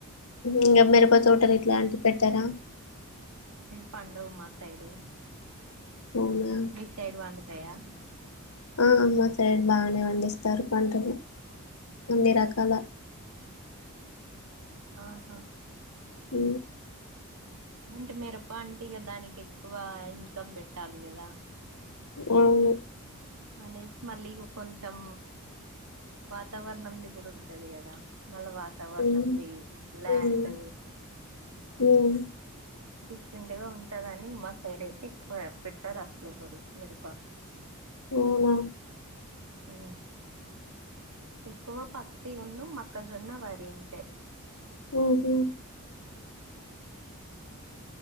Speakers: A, on the left; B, on the right.
A: ఇంకా మిరప తోటలు ఇట్లా అంటివి పెట్టారా
B: పాండవు మా సైడు
A: అవునా
B: మీ సైడ్ పండుతాయా
A: ఆ మా సైడ్ బా నే పండిస్తారు పంటలు అన్ని రకాల
B: ఆహా
A: అ
B: అంటే మిరప్ప అంటే ఇక దానికి ఎక్కువ ఇన్కమ్ పెట్టాలి కదా
A: అవును
B: అనేసి మళ్ళీ కొంచెం వాతావరణంది కూడా ఉంటది కదా మళ్ళ వాతావరణంది
A: ఉమ్
B: ల్యాండ్
A: ఉమ్ ఉమ్
B: డిఫరెంట్ గా ఉంటదని మా సైడ్ అయితే ఎక్కువ పెట్టారు అసలు ఎవ్వరు మిరుప
A: అవునా
B: హ ఎక్కువ పత్తి ఉన్న మక్కజొన్న వరింతే
A: ఓహఓ